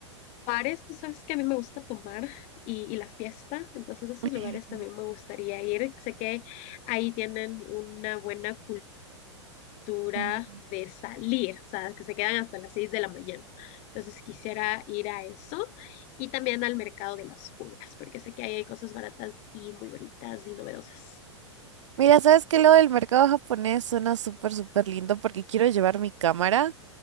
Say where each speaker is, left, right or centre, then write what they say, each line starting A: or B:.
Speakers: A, on the left (about 45°); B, on the right (about 75°).
A: Bares, tú sabes que a mí me gusta tomar y, y la fiesta, entonces a esos
B: <laughs>
A: lugares también me gustaría ir. Sé que ahí tienen una buena cultura
B: Ujú.
A: de salir, o sea, que se quedan hasta las 6 de la mañana. Entonces quisiera ir a eso y también al mercado de las pulgas, porque sé que ahí hay cosas baratas y muy bonitas y novedosas.
B: Mira, ¿sabes qué? Lo del mercado japonés suena súper, súper lindo porque quiero llevar mi cámara.